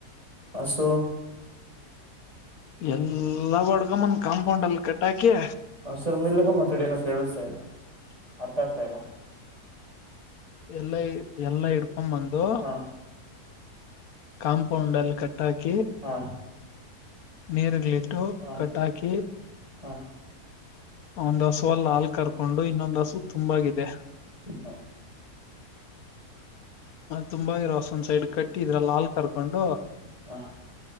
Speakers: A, on the right; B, on the left.
A: ಹಸು
B: ಎಲ್ಲಾ ಬಡ್ಗಮ್ಮನ್ ಕಾಂಪೌಂಡ್ಲ್ ಕಟ್ಟಾಕೆ
A: ಒ್ಸರ್ ಮಲ್ಗ ಮತ್ತೆಡ ಏನ ಕೇಳಿಸ್ತಾ ಇಲ್ಲ ಅರ್ಥ ಆಗ್ತ ಮತ್ತಲ್ಲ
B: ಎಲ್ಲ ಎಲ್ಲ ಇಕ ಒಮ್ಮಂದು
A: ಹಾ
B: ಕಾಂಪೌಂಡ್ಲ್ ತಾಕಿ
A: ಹಾ
B: ನೀರ ಇರ್ಲಿ ಟು
A: ಹಾ
B: ಕಟಾಕಿ
A: ಹಾ
B: ಒಂದ್ ಹಸುವ ಅಲ್ಲಿ ಹಾಲ್ ಕರ್ಕೊಂಡು ಇನ್ನೊಂದ್ ಹಸು ತುಂಬಾಗಿದೆ
A: ಹಾ
B: ತುಂಬಾ ಇರೋಸ ಒಂದ್ ಸೈಡ್ ಕಟ್ಟಿ ಇದ್ರಲ್ಲ ಹಾಲ್ ಕರ್ಕೊಂಡು
A: ಹಾ